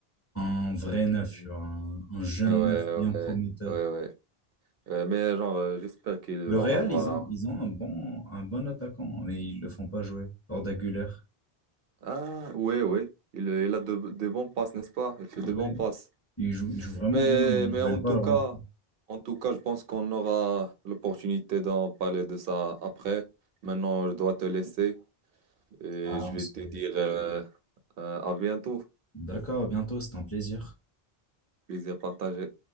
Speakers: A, on the left; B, on the right.
A: Un vrai
B: Hmm.
A: neuf, tu vois, un, un jeune
B: Ouais, ouais,
A: neuf bien prometteur.
B: ouais, ouais. Ouais, mais genre, euh, j'espère qu'ils
A: Le
B: vont
A: Real,
B: avoir
A: ils ont, ils ont un bon, un bon attaquant, mais ils le font pas jouer. Arda Güler.
B: un... Ah, ouais, ouais. Il, il a de, de bons passes, n'est-ce pas? Il fait de
A: Ouais,
B: bons passes.
A: ils jouent, ils jouent vraiment
B: Mais,
A: bien, mais
B: mais
A: ils veulent
B: en tout
A: pas le
B: cas,
A: rendre.
B: en tout cas, je pense qu'on aura l'opportunité d'en parler de ça après. Maintenant, je dois te laisser et
A: Ah,
B: je
A: on
B: vais
A: se...
B: te dire euh, euh, à bientôt.
A: D'accord, à bientôt, c'est un plaisir.
B: Plaisir partagé.